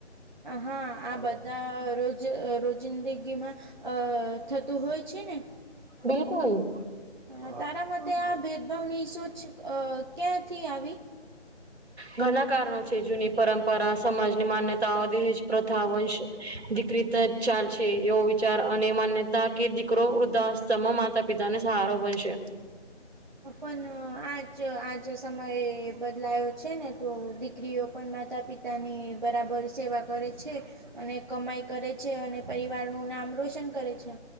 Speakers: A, on the right; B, on the right.
A: હા આ બધા રોજ રોજિંદગીમાં થતું હોય છે ને
B: બિલકુલ
A: હ તારા મતે આ ભેદભાવની શોચ ક્યાંથી આવી
B: ઘણા કારણો છે જૂની પરંપરા, સમાજની માન્યતાઓ, દહેજ પ્રથા વંશ દીકરી ચાલશે એવો વિચાર અને માન્યતા કે દીકરો વૃદ્ધાસ્તમ માત્ર માતા પિતાને સહારો બનશે
A: પણ આજ આજ સમય બદલાયો હતો છે ને તો દીકરીઓ પણ માતા પિતા ની બરાબર સેવા કરે છે અને કમાઈ કરે છે અને પરિવાર નું નામ રોશન કરે છે